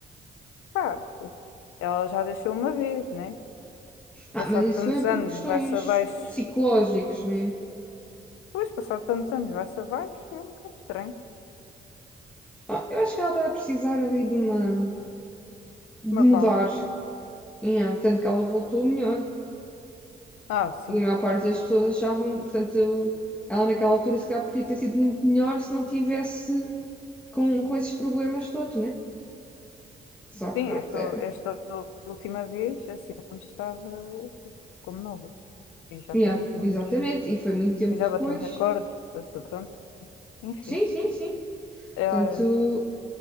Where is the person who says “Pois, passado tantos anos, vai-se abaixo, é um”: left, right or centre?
Left